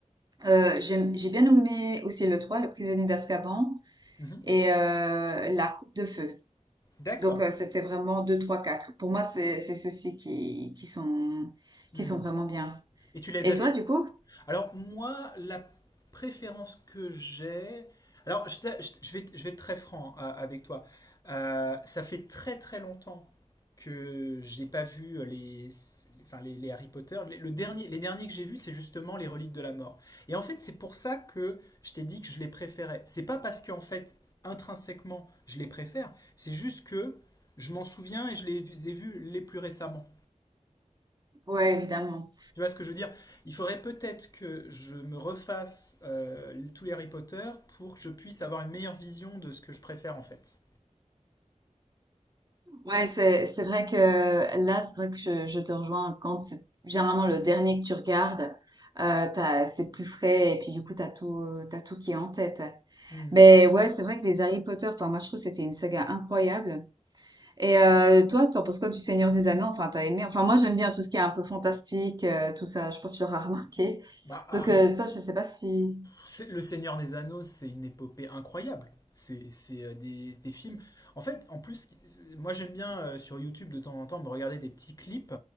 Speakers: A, on the right (about 30°); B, on the left (about 30°).
A: Euh, j'aime- j'ai bien aimé aussi le 3, le prisonnier d'Azkaban,
B: Mhm.
A: et euh, la coupe de feu.
B: D'accord.
A: Donc, euh, c'était vraiment 2 3 4. Pour moi, c'est c'est ceux-ci qui, qui sont,
B: Hmm.
A: qui sont vraiment bien.
B: Et tu les
A: Et
B: avais
A: toi, du coup?
B: Alors moi, la préférence que j'ai... Alors je, t'a- je- je vais, je vais être très franc euh, avec toi. Euh, ça fait très très longtemps que j'ai pas vu les, enfin les, les Harry Potter. Les, le dernier, les derniers que j'ai vus, c'est justement les Reliques de la Mort. Et en fait, c'est pour ça que je t'ai dit que je les préférais. C'est pas parce qu'en fait, intrinsèquement, je les préfère, c'est juste que je m'en souviens et je les ai vus les plus récemment.
A: Ouais, évidemment.
B: Tu vois ce que je veux dire? Il faudrait peut-être que je me refasse euh, tous les Harry Potter pour que je puisse avoir une meilleure vision de ce que je préfère en fait.
A: Ouais, c'est, c'est vrai que là, c'est vrai que je, je te rejoins quand c'est généralement le dernier que tu regardes. Euh, t'as, c'est plus frais et puis du coup, t'as tout, euh, t'as tout qui est en tête.
B: Hmm.
A: Mais ouais, c'est vrai que les Harry Potter, enfin, moi, je trouve que c'était une saga incroyable. Et euh, toi, t'en penses quoi du Seigneur des Anneaux? Enfin, t'as aimé? Enfin, moi, j'aime bien tout ce qui est un peu fantastique, euh, tout ça. Je pense que tu l'auras <laughs> remarqué.
B: Bah,
A: Donc,
B: Harry,
A: euh, toi, je sais pas si...
B: c'est- Le Seigneur des Anneaux, c'est une épopée incroyable. C'est c'est, euh, des, des films. En fait, en plus, c'est- moi j'aime bien euh, sur YouTube de temps en temps me regarder des petits clips